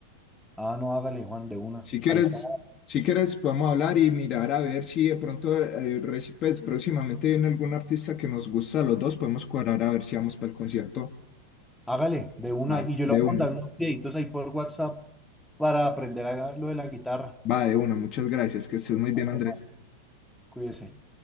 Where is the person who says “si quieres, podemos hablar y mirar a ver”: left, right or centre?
Left